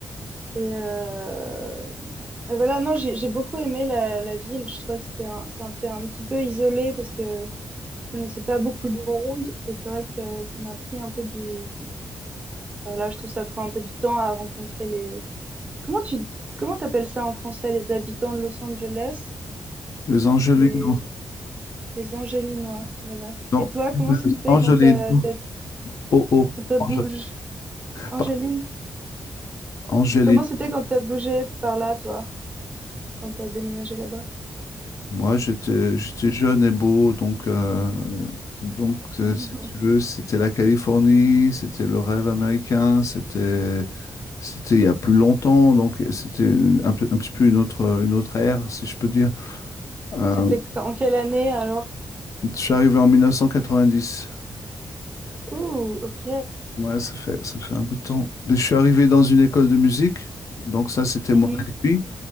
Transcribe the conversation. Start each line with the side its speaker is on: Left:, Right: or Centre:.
Right: et heu et voilà, non, j'ai j'ai beaucoup aimé la la ville. Je trouvais que c'était un c'était un petit peu isolé parce que je connaissais pas beaucoup de monde et c'est vrai que ça m'a pris un peu du enfin, voilà, je trouve que ça prend un peu du temps à rencontrer les comment tu comment t'appelles ça en français? Les habitants de Los Angeles?
Left: les Angelinos,
Right: Les les Angélinois, voilà
Left: non,
Right: et toi,
Left: les
Right: comment c'était
Left: Angelinos,
Right: quand tu as
Left: oh oh,
Right: quand tu as bougé
Left: Ange-
Right: Angéline?
Left: pardon, Angelinos.
Right: Comment c'était quand t'as bougé par là, toi? Quand t'as déménagé là-bas?
Left: Moi j'étais j'étais jeune et beau donc euh, donc euh,
Right: Mhm.
Left: si tu
Right: <laughs>
Left: veux c'était la Californie, c'était le rêve américain, c'était C'était il y a plus longtemps, donc c'était un, peu- un petit peu une autre, une autre ère, si je peux dire. Euh,
Right: C'était qu- en quelle année alors?
Left: je suis arrivé en 1990.
Right: Ouh, ok.
Left: Ouais, ça fait, ça fait un bout de temps. Mais je suis arrivé dans une école de musique, donc ça, c'était mon
Right: Mhm.
Left: alibi.